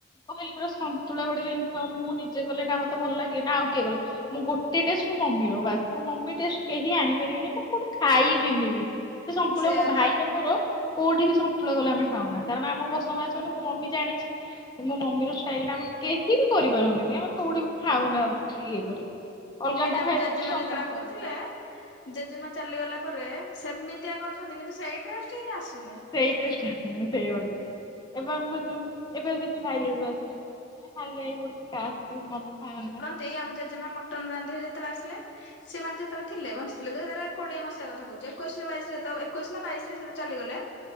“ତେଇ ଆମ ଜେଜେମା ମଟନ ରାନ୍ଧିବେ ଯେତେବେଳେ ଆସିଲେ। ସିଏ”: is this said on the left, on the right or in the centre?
Left